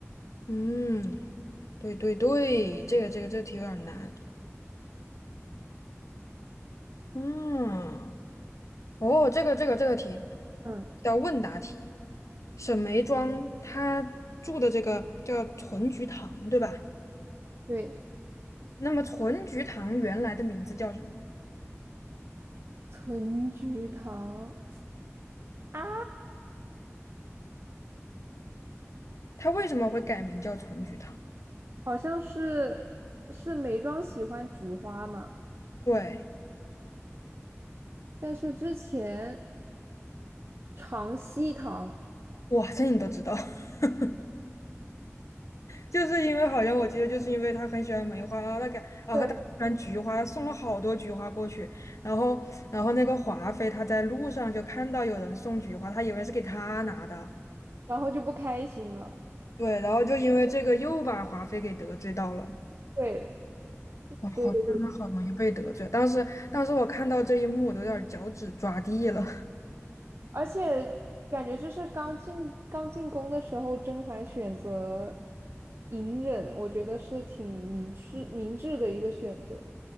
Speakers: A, on the left (about 80°); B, on the right (about 55°).
A: 嗯，对对对，这个这个这个题有点难，嗯，哦，这个这个这个题
B: 嗯，
A: 叫问答题，沈眉庄她住的这个叫纯菊堂，对吧？
B: 对，
A: 那么纯菊堂原来的名字叫什么？
B: 存菊堂啊，
A: 他为什么会改名叫纯菊糖？
B: 好像是是眉庄喜欢菊花嘛。
A: 对，
B: 但是之前长希堂
A: 哇，这你都知道，<laughs> 就是因为好像我记得，就是因为他很喜欢梅花，然后他给喜
B: 对，
A: 欢菊花，送了好多菊花过去。然后，然后那个华妃她在路上就看到有人送菊花，她以为是给她拿的，
B: 然后就不开心了。
A: 对，然后就因为这个又把华妃给得罪到了。
B: 对，
A: 哇，华妃她好容易被得罪，
B: 对对，
A: 当时当时我看到这一幕，我都有点儿脚趾抓地了。
B: 而且感觉就是刚进刚进宫的时候，甄嬛选择隐忍，我觉得是挺明智明智的一个选择。